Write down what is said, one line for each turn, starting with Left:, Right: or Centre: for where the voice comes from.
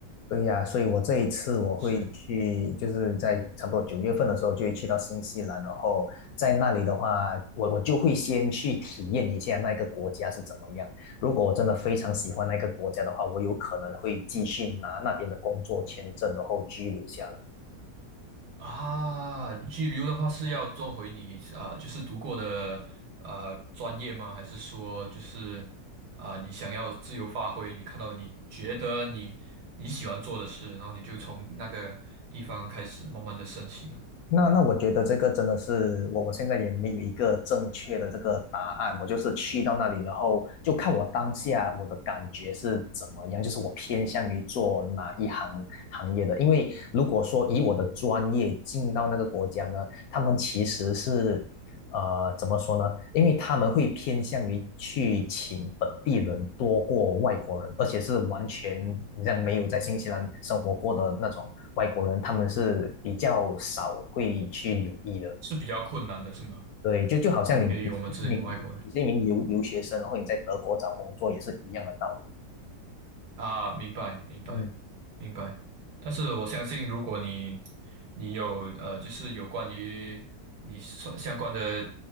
Left: 对呀，所以我这一次我会去，
Right: 是。
Left: 就是在差不多九月份的时候就会去到新西兰，然后在那里的话，我我就会先去体验一下那个国家是怎么样。如果我真的非常喜欢那个国家的话，我有可能会继续拿那边的工作签证，然后居留下来。
Right: 啊，拘留的话是要做回你啊、就是读过的啊、专业吗？还是说就是啊、你想要自由发挥？你看到你觉得你你喜欢做的事，然后你就从那个地方开始慢慢的升起呢？
Left: 那那我觉得这个真的是我我现在也没有一个正确的这个答案，我就是去到那里，然后就看我当下我的感觉是怎么样，就是我偏向于做哪一行行业的。因为如果说以我的专业进到那个国家呢，他们其实是呃，怎么说呢？因为他们会偏向于去请本地人多过外国人，而且是完全你像没有在新西兰生活过的那种外国人，他们是比较少会去留意的。
Right: 是比较困难的，是吗？
Left: 对，就就好像你你是一名你是一名留留学生，
Right: 给予我们这里外国人。
Left: 然后你在德国找工作也是一样的道理。
Right: 啊，明白，明白，
Left: 嗯，
Right: 明白。但是我相信，如果你你有呃，就是有关于你所相关的，